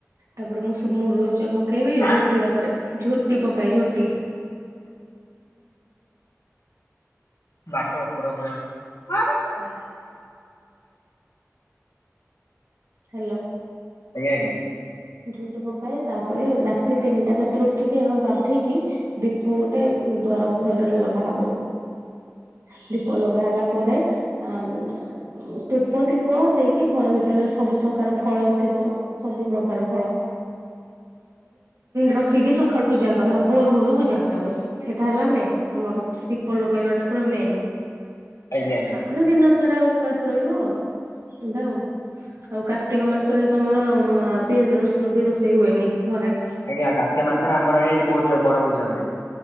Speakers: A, on the right; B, on the left.
A: ତାପରେ ମୁଁ ସବ ମୁରୁଜ ପକେଇବି
B: ଆଁ
A: ଝୋଟି ତାପରେ ଝୋଟି ପକାଏ ଝୋଟି।
B: ବାଟ ଉପର ଉପର ଆଜ୍ଞା
A: ହା ହ୍ୟାଲୋ।
B: ଆଜ୍ଞା ଆଜ୍ଞା।
A: ଝୁଟୁ ପକାଏ ତାପରେ ରାତି ତିନିଟା ରାତିରେ ଉଠିକି ଗାଧେଇକି ଦୀପ ଗୋଟେ ଦ୍ୱାର ବନ୍ଧରେ ଲଗାହବ। ଦ୍ୱୀପ ଲଗା ହେଲା ପରେ ଆମ୍ ଧୂପ ଦୀପ ଦେଇକି ଘର ଭିତରେ ସବୁ ପ୍ରକାର ଫଳ ଥିବ ସବୁ ପ୍ର କାର ଫଳ ରଖିକି ସକାଳୁ ପୂଜା କରାହବ ଭୋରୁ ଭୋରୁ ପୂଜା କରାହବ। ସେଟା ହେଲା ମେନ୍ ଆମର ଦ୍ୱୀପ ଲଗେଇବା ଟା ପୁରା ମେନ୍।
B: ଆଜ୍ଞା ଆଜ୍ଞା
A: ତାପରେ ଦିନ ସାରା ଆଉ ଉପାସ ରହିବ ଦାଉଁ ଆଉ କାର୍ତ୍ତିକ ମାସରେ ତମର ମା ପିଆଜ ରସୁଣ ବି ରୋଷେଇ ହୁଏନି ଘରେ।
B: ଆଜ୍ଞା କାର୍ତିକ ମାସରେ ଆମର ଆଜ୍ଞା ବୋହୁତ୍ ଜୋର୍ ବଡ ଭଜି ହବ।